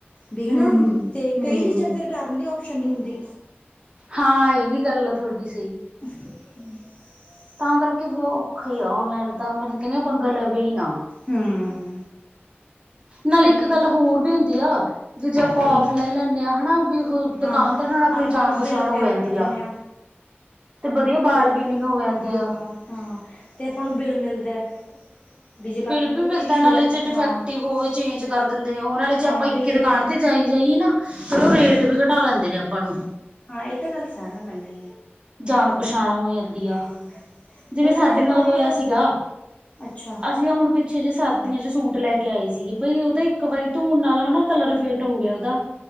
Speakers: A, on the left (about 30°); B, on the right (about 25°).
A: ਵੀ ਹਨਾ
B: ਹੂੰ
A: ਤੇ
B: ਹੂੰ
A: ਕਈ ਚੀਜ਼ਾਂ
B: ਹੂੰ
A: ਤੇ ਰਿਟਰਨ ਦੀ ਓਪਸ਼ਨ ਨੀ ਹੁੰਦੀ।
B: ਹਾਂ, ਇਹ ਵੀ ਗੱਲ ਆ ਤੁਹਾਡੀ ਸਹੀ।
A: <unintelligible> <unintelligible>
B: ਤਾਂ ਕਰਕੇ ਵੀ ਔਖਾ ਹੀ ਆ ਔਨਲਾਈਨ ਦਾ ਮੈਨੂੰ ਕਹਨੀ ਪੰਗਾ ਲਵੇ ਹੀ ਨਾ।
A: ਹੂੰ।
B: ਨਾਲੇ
A: ਵੀ
B: ਇੱਕ ਗੱਲ ਹੋਰ ਵੀ ਹੁੰਦੀ ਆ ਵੀ ਜੇ ਆਪਾਂ
A: ਕੀ
B: ਔਫਲਾਈਨ ਲੈਂਦੇ ਹਾਂ ਹਨਾ ਵੀ ਓਹ ਦੁਕਾਨਦਾਰ
A: ਹਾਂ
B: ਨਾਲ ਆਪਣੀ
A: ਆਪਾਂ
B: ਜਾਣ ਪਛਾਣ
A: ਬਿੱਲ ਵਗੈਰਾ
B: ਹੋ ਜਾਂਦੀ
A: ਕਟਵਾਉਂਦੇ
B: ਆ।
A: ਹਾਂ
B: ਤੇ ਵਧੀਆ ਬਾਰਗੇਨਿੰਗ
A: ਬਿੱਲ
B: ਹੋ ਜਾਂਦੀ
A: ਹਾਂ
B: ਆ।
A: ਹਾਂ, ਤੇ ਆਪਾਂ ਨੂੰ ਬਿੱਲ ਮਿਲਦਾ। ਵੀ ਜੇ ਕੱਲ
B: ਬਿਲ
A: ਨੂੰ ਕੋਈ
B: ਵੀ
A: ਉਹ
B: ਮਿਲਦਾ
A: ਚ ਇਸ਼ੂ
B: ਨਾਲੇ,
A: ਆ
B: ਜੇ ਡਿਫੈਕਟਿਵ
A: ਹਾਂ
B: ਹੋਵੇ ਚੇਂਜ ਕਰ ਦਿੰਦੇ ਨੇ ਉਹ ਨਾਲੇ
A: ਹਾਂ
B: ਜੇ ਆਪਾਂ ਇੱਕ
A: ਵੀ ਜੇ
B: ਦੁਕਾਨ ਤੇ ਜਾਈ ਜਾਈਏ ਨਾ। ਫਿਰ ਉਹ ਰੇਟ ਵੀ ਘਟਾ ਲੈਂਦੇ ਨੇ ਆਪਾਂ ਨੂੰ।
A: ਹਾਂ, ਇਹ ਤਾ ਗੱਲ ਸਾਰ ਨੂੰ ਪਹਿਲਾਂ
B: ਜਾਣ, ਪਛਾਣ ਹੋ ਜਾਂਦੀ
A: ਹੈ
B: ਆ ਜਿਵੇਂ
A: ਤੇ ਨਾਲੇ
B: ਸਾਡੇ
A: ਆਪਾਂ
B: ਨਾਲ ਹੋਇਆ
A: ਵੀ
B: ਸੀਗਾ।
A: ਅੱਛਾ
B: ਅਸੀਂ ਹੁਣ ਪਿੱਛੇ ਜੇਹੇ ਸਰਦੀਆਂ ਚ ਸੂਟ ਲੈ ਕੇ ਆਏ ਸੀਗੀ ਬਈ ਉਹ ਤਾਂ ਇੱਕ ਵਾਰੀ ਧੋਣ ਨਾਲ ਹਨਾ ਕਲਰ ਫੇਟ ਹੋ ਗਿਆ ਉਹਦਾ।